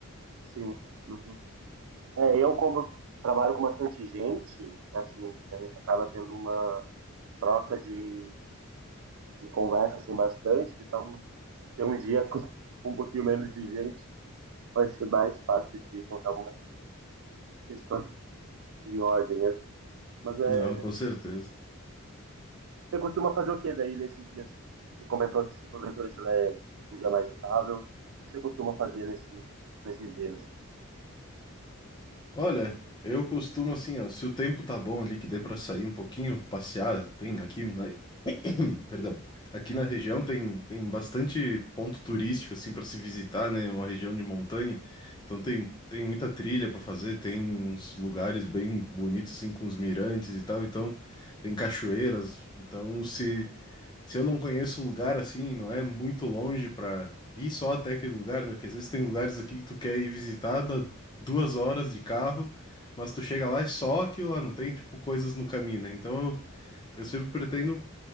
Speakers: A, on the right (about 65°); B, on the left (about 20°).
A: Sim. Uhum. É, eu como trabalho com bastante gente, assim, a gente acaba tendo uma troca de, de conversa assim bastante, então ter um dia com <laughs> um pouquinho menos de gente vai ser mais fácil de contar algumas questões em ordem, assim. Mas é,
B: Não, com certeza.
A: você costuma fazer o que daí nesses dias? Você comentou que se porventura tiver um dia mais estável, o que você costuma fazer nesse, nesses dias?
B: Olha, eu costumo assim, ó, se o tempo tá bom ali, que dê pra sair um pouquinho, passear, tem aqui na, <clears throat> perdão, aqui na região tem, tem bastante ponto turístico assim para se visitar, né? Uma região de montanha, então tem, tem muita trilha para fazer, tem uns lugares bem bonitos assim com os mirantes e tal, então tem cachoeiras, então se se eu não conheço o lugar assim, não é muito longe pra ir só até aquele lugar, né? Porque às vezes tem lugares aqui que tu quer ir visitar, dá duas horas de carro, mas tu chega lá é só aquilo lá, não tem tipo coisas no caminho, né? Então eu, eu sempre pretendo